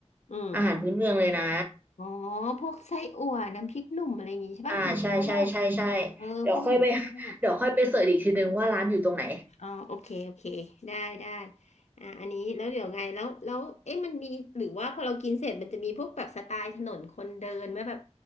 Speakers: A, on the left; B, on the right.
A: อืม
B: อาหารพื้นเมืองเลยนะ
A: อ๋อพวกไส้อั่วน้ำพริกหนุ่มอะไรอย่างงี้ใช่ป่ะหนูชอบ
B: อ่าใช่ใช่ใช่ใช่
A: เออพวกหมูทอด
B: เดี๋ยวค่อยไปเดี๋ยวค่อยไปเสิร์ชอีกทีนึงว่าร้านอยู่ตรงไหน
A: อ๋อโอเคโอเคได้ได้อ่าอันนี้แล้วเดี๋ยวไงแล้วแล้วเอ๊ะมันมีหรือว่าพอเรากินเสร็จมันจะมีพวกแบบสไตล์ถนนคนเดินไหมแบบ